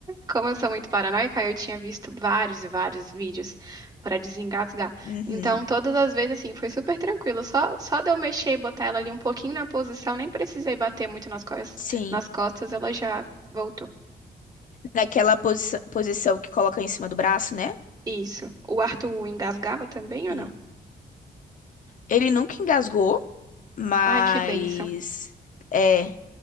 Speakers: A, on the right; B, on the left.
A: como eu sou muito paranoica, eu tinha visto vários e vários vídeos pra desengasgar.
B: Uhum,
A: Então, todas as vezes, assim, foi super tranquilo. Só, só de eu mexer e botar ela ali um pouquinho na posição, nem precisei bater muito nas costas,
B: sim.
A: nas costas, ela já voltou.
B: Naquela posi- posição que coloca em cima do braço, né?
A: Isso. O Arthur engasgava também ou
B: É.
A: não?
B: Ele nunca engasgou, mas.
A: Ai, que bênção.
B: É.